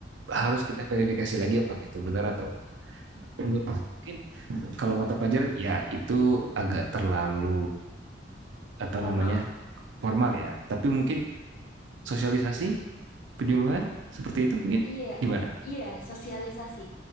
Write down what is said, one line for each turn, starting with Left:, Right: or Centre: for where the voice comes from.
Right: harus kita verifikasi lagi apakah itu benar atau enggak. menurut mungkin kalau mata pelajaran ya itu agak terlalu apa
Left: Formal.
Right: namanya formal ya tapi mungkin sosialisasi penyuluhan seperti itu mungkin
Left: Iya,
Right: gimana
Left: iya, sosialisasi.